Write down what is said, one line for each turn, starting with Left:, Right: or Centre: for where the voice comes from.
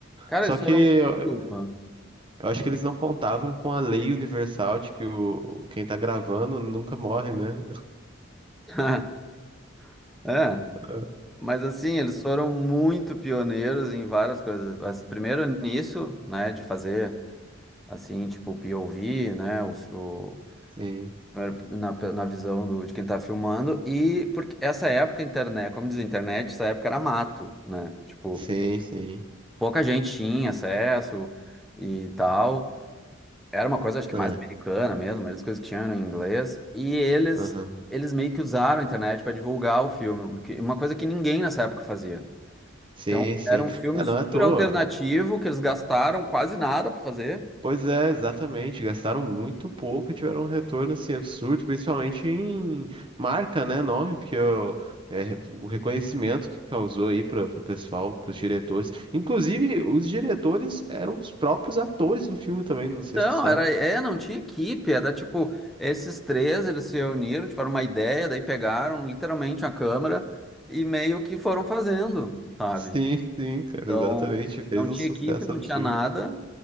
Centre: Cara,
Right: Só
Centre: eles
Right: que
Centre: foram
Right: eu,
Centre: muito.
Right: eu acho que eles não contavam com a lei universal de que o, quem tá gravando nunca morre, né?
Centre: <laughs> É,
Right: <laughs>
Centre: mas assim, eles foram muito pioneiros em várias coisas. Assim, Primeiro nisso, né, de fazer assim, tipo, o POV, né, o,
Right: Sim,
Centre: era Na, pe- na visão do, de quem tá filmando, e porque essa época, internet, como diz a internet, essa época era mato, né? Tipo,
Right: sim, sim.
Centre: pouca gente tinha acesso e tal. Era uma coisa, acho que
Right: Ah,
Centre: mais americana mesmo, a maioria das coisas que tinham eram em inglês. E eles,
Right: aham.
Centre: eles meio que usaram a internet para divulgar o filme, o que- uma coisa que ninguém nessa época fazia.
Right: Sim,
Centre: Então,
Right: sim.
Centre: era um filme
Right: Ah,
Centre: super
Right: não é à toa.
Centre: alternativo, que eles gastaram quase nada para fazer.
Right: Pois é, exatamente. Gastaram muito pouco e tiveram um retorno assim, absurdo, principalmente em marca, né? Nome, porque o, é, o reconhecimento que causou aí para o pessoal, para os diretores. Inclusive, os diretores eram os próprios atores do filme também, não sei
Centre: Não,
Right: se tu sabe.
Centre: era, é, não tinha equipe, era tipo, esses três, eles se reuniram, tiveram uma ideia, daí pegaram literalmente a câmera e meio que foram fazendo, sabe?
Right: Sim, sim, cara,
Centre: Então,
Right: exatamente. Fez
Centre: não
Right: um
Centre: tinha
Right: sucesso
Centre: equipe, não
Right: absurdo.
Centre: tinha nada,